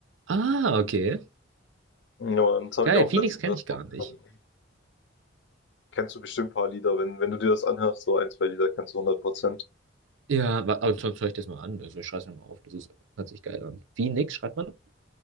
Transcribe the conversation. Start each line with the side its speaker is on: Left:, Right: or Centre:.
Right: Ah, okay.
Left: Ja, und das habe
Right: Geil,
Left: ich auch
Right: Phoenix
Left: letztens
Right: kenne
Left: erst
Right: ich gar
Left: mal gefunden.
Right: nicht.
Left: Kennst du bestimmt ein paar Lieder, wenn, wenn du dir das anhörst, so ein, zwei Lieder kennst du hundert Prozent
Right: Ja, wa- aber sonst höre ich das mal an. Also ich schreibe es mir mal auf. Das ist, hört sich geil an. Phoenix schreibt man?